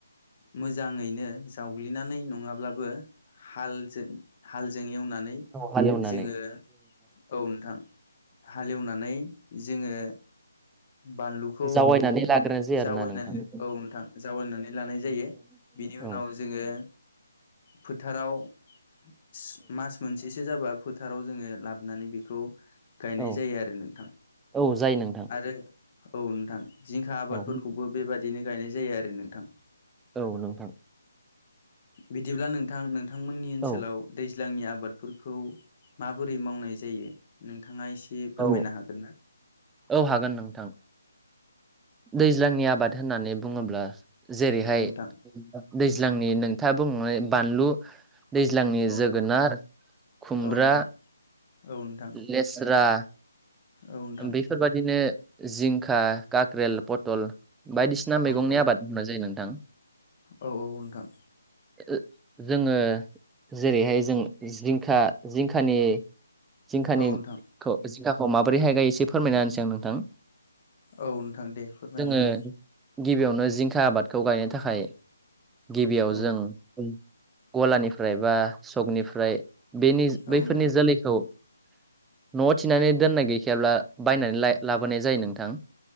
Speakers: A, on the left; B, in the centre.
A: मोजाङैनो जावग्लिनानै नङाब्लाबो हालजों हालजों एव नानै
B: हालेवनानै
A: जोङो औ नोंथां हालेवनानै जोङो बानलुखौ
B: जावायनानै लाग्रो नोसै आरोना
A: जावायनानै
B: नोंथां औ
A: नोंथां जावायनानै लानाय जायो बिनि उनाव
B: औ। <inaudible>
A: जोङो फोथाराव सि मास मोनसेसो जाबा फोथाराव जोङो लाबोनानै बेखौ गायनाय
B: औ
A: जायो आरो नोंथां
B: औ जायो नोंथां
A: आरो औ नोंथां जिंखा
B: औ
A: फोरखौबो बेबायादिनो गायनाय जायो आरो नोंथां।
B: औ नोंथां।
A: बिदिब्ला नोंथां नोंथांमोननि ओनसोलाव
B: औ
A: दै ज्लांनि आबादफोरखौ माबोरै मावनाय जायो नों थाङा एसे फोरमायनो
B: औ
A: हागोन ना?
B: औ हागोन नोंथां दैज्लांनि आबाद होननानै बुङोब्ला जेरैहाय
A: औ नोंथां
B: दैज्लांनि नोंथाङा बुंलांनाय बानलु दैज्लांनि
A: औ
B: जोगोनार, खुमब्रा,
A: नोंथां औ नोंथां औ नोंथां
B: लेस्रा,
A: औ नोंथां
B: बेफोरबादिनो जिंखा, खाक्रेल, पथल, बायदिसिना मैगंनि
A: औ औ
B: आबाद मावनाय जायो नोंथां।
A: औ औ नोंथां।
B: ओ जोङो जेरैहाय जों जिंखा जिंखानि जिंखानिखौ
A: औ नोंथां
B: जिंखाखौ माबोरैहाय गायो एसे फोरमायना होनोसै आं नोंथां।
A: औ नोंथां दे फोरमाय
B: जोङो
A: नोंथां।
B: गिबियावनो जिंखा आबादखौ गायनो थाखाय गिबियाव
A: औ
B: जों गलानिफ्राय बा सकनिफ्राय बेनि
A: औ
B: बैफोरनि
A: नोंथां
B: जोलैखौ न'आव थिनानै दोननाय गैखायाब्ला बायनानै ला-लाबोनाय जायो नोंथां।